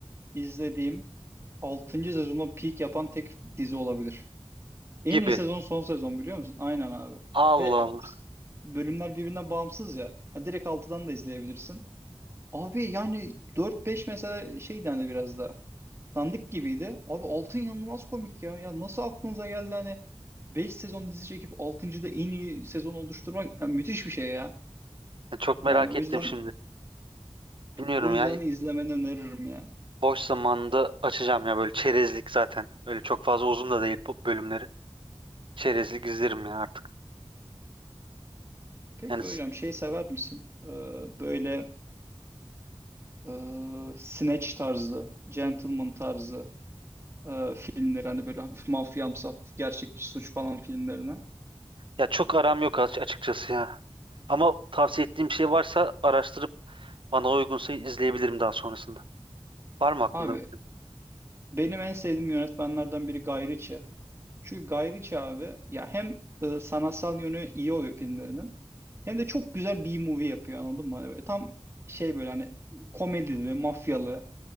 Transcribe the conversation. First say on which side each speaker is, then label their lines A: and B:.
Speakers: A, on the right; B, on the right.
A: izlediğim 6. sezonda peak yapan tek dizi olabilir. En
B: gibi.
A: iyi sezon son sezon biliyor musun? Aynen abi.
B: Allah
A: Ve
B: Allah.
A: bölümler birbirinden bağımsız ya. Ya direkt altıdan da izleyebilirsin. Abi yani dört beş mesela şey dendi biraz daha. Dandik gibiydi. Abi 6 inanılmaz komik ya. Ya nasıl aklınıza geldi hani Beş sezon dizi çekip altıncıda en iyi sezon oluşturmak ya müthiş bir şey ya.
B: Ya çok merak
A: Yani o
B: ettim
A: yüzden
B: şimdi. Bilmiyorum
A: o yüzden
B: ya.
A: izlemeni öneririm yani.
B: Boş zamanında açacağım ya böyle çerezlik zaten. Öyle çok fazla uzun da değil bu bölümleri. Çerezlik izlerim ya artık.
A: Peki
B: Yani s-
A: hocam şey sever misin? Ee, böyle e, Snatch tarzı, Gentleman tarzı e, filmleri hani böyle hafif mafyamsı hafif gerçekçi suç falan filmlerine.
B: ya çok aram yok aç- açıkçası ya. Ama tavsiye ettiğim şey varsa araştırıp bana uygunsa izleyebilirim daha sonrasında. Var mı aklında
A: Abi
B: bir film?
A: benim en sevdiğim yönetmenlerden biri Guy Ritchie. Çünkü Guy Ritchie abi ya hem e, sanatsal yönü iyi oluyor filmlerinin hem de çok güzel B-movie yapıyor anladın mı? Hani böyle tam şey böyle hani komedili, mafyalı